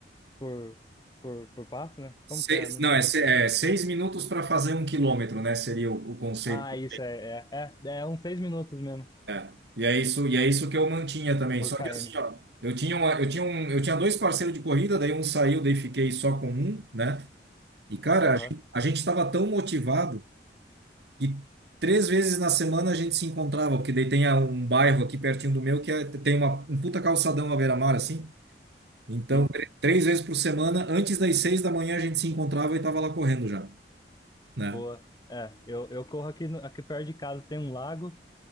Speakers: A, on the left (about 20°); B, on the right (about 70°).
A: por por por passo, né?
B: Seis,
A: Como que é? Não
B: não,
A: sei.
B: é, se- é seis minutos para fazer um quilômetro, né? Seria o, o conceito.
A: Ah, isso é é é, é uns 6 minutos mesmo
B: É. E é isso, e é isso que eu mantinha também.
A: por
B: Só
A: km.
B: que assim, ó, eu tinha uma, eu tinha um, eu tinha dois parceiros de corrida, daí um saiu, daí fiquei só com um, né? E cara,
A: Aham.
B: a gente a gente estava tão motivado que três vezes na semana a gente se encontrava, porque daí tem a- um bairro aqui pertinho do meu que é- tem uma, um puta calçadão à beira-mar assim. Então,
A: Sim.
B: tr- três vezes por semana, antes das seis da manhã, a gente se encontrava e estava lá correndo já, né?
A: Boa. É, eu, eu corro aqui no- aqui perto de casa tem um lago